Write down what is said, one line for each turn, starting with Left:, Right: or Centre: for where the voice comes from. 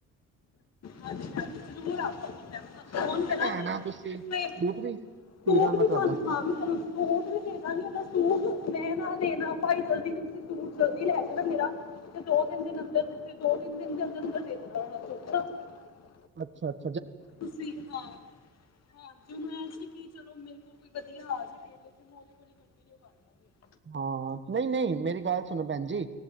Left: ਹਾਂਜੀ ਹਾਂਜੀ ਜ਼ਰੂਰ ਆਵਾਂਗੇ
Right: ਸੂਟ
Left: ਫੋਨ
Right: ਵੀ
Left: ਕਰਾਂਗੀ
Right: ਲੈ ਆਣਾ ਤੁਸੀਂ
Left: ਸੂਟ
Right: ਬੂਟ ਵੀ ਸੀ ਦਾਂਗਾ
Left: ਵੀ
Right: ਤੁਹਾਡਾ
Left: ਤੁਹਾਂ ਮੈਂ ਤੁਹਾਨੂੰ ਸੂਟ ਵੀ ਦੇ ਦਾਂਗੀ ਸੂਟ ਮੈਂ ਨਾ ਦੇਣਾ ਭਾਈ ਜਲਦੀ ਤੁਸੀਂ ਸੂਟ ਜਲਦੀ ਲੈ ਜਾਣਾ ਮੇਰਾ ਤੇ ਦੋ ਤਿਨ ਅੰਦਰ ਦੋ ਤਿੰਨ ਦਿਨ ਦੇ ਅੰਦਰ ਅੰਦਰ ਦੇ ਦੇਣਾ <unintelligible>
Right: ਅੱਛਾ ਅੱਾ
Left: ਤੁਸੀ ਹਾ, ਮੈਂਨੂ ਐ ਸੀ ਕੀ ਚਲੋ ਮਿਲਦੇ ਕੋਈ ਵਧਿਆ ਆ ਜਾਏ ਟੇਲਰ ਤੇ ਮੈਂ ਔਧੇ ਕੋਲੋਂ ਹੀ ਕੁੜਤੀ ਤੇ ਔ ਕਰ ਲਾਂਗੇ
Right: ਹਾਂ ਨਹੀਂ ਨਹੀਂ ਮੇਰੀ ਗੱਲ ਸੁਣੋ ਭੈਣ ਜੀ